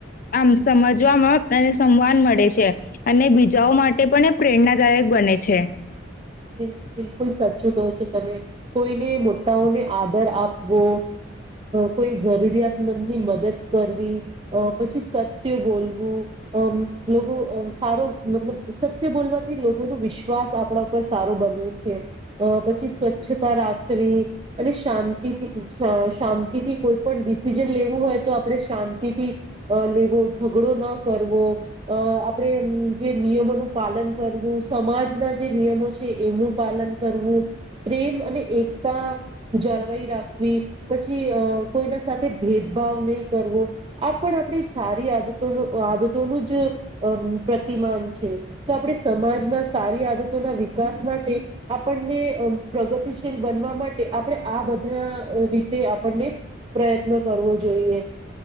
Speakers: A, on the left; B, on the right.
A: આમ સમજવામાં એસ સંવાન મળે છે અને બીજાઓ માટે પણ એ પ્રેરણાદાયક બને છે
B: બિલ બિલકુલ સચું તો ત કોઈને મોટાઓને આદર આપવો કોઈ જરૂરિયાતમ મદદ કરવી પછી સત્ય બોલવું આમ લોકો મતલબ સત્ય બોલવાથી લોકો ન વિશ્વાસ આપણા ઉપર સારો બને છે અ પછી સ્વચ્છતા રાખવી અને શાંત શાંતિથી કોઈ પણ ડિસિઝન લેવું હોય તો આપણે શાંતિથી લેવું ઝગડો ન કરવો અ આપડે જે નિયમોનું પાલન કરવું સમાજના જે નિયમો છે એમનું પાલન કરવું પ્રેમ અને એકતા જાળવાઈ રાખવી પછી અ કોઈના સાથે ભેદ ભાવ નહી કરવો આપ આપણી સારી આદતો આદતોનું જ પ્રતિક છે તો આપણે સમાજમાં સારી આદત ના વિકાસ માટે આપણને પ્રગતિશીલ બનવા માટે આપણે આ બધા રીતે આપણને પ્રયત્ન કરવો જોઈએ